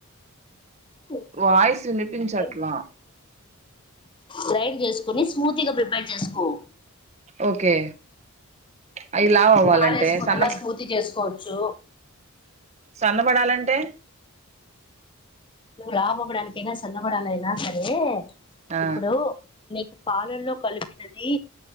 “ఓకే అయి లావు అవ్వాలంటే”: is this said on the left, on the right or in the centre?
Right